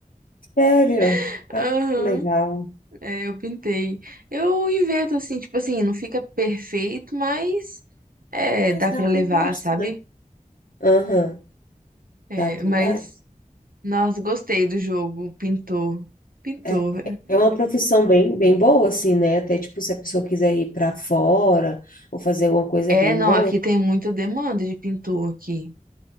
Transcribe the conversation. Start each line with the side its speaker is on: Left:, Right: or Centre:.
Left: sério.
Right: <laughs>
Left: Ah,
Right: Aham.
Left: que legal.
Right: É, eu pintei. Eu invento assim, tipo assim, não fica perfeito, mas é,
Left: Mas
Right: dá
Left: dá
Right: pra
Left: pro
Right: levar,
Left: gasto,
Right: sabe?
Left: né? Aham,
Right: É,
Left: dá pro
Right: mas,
Left: gasto.
Right: nossa, gostei do jogo. Pintor. Pintor.
Left: É, é uma profissão bem, bem boa, assim, né? Até, tipo, se a pessoa quiser ir para fora ou fazer alguma coisa,
Right: É,
Left: é bem
Right: não,
Left: bom.
Right: aqui tem muita demanda de pintor aqui.